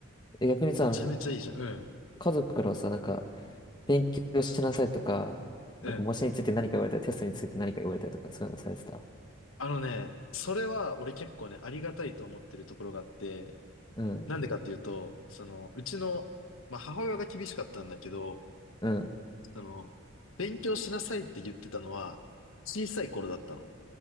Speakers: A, on the left; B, on the left.
A: う。え、逆にさ、
B: めちゃめちゃいいじゃん。
A: あの、
B: うん。
A: 家族からはさ、なんか、勉強しなさいとか、なんか模試について何か言われたり、
B: うん。
A: テストについて何か言われたりとか、そういうのされてた。
B: あのね、それは俺結構ね、ありがたいと思ってるところがあって、
A: うん、
B: なんでかっていうと、その、うちの、まあ、母親が厳しかったんだけど、
A: うん。
B: その、勉強しなさいって言ってたのは、小さい頃だったの。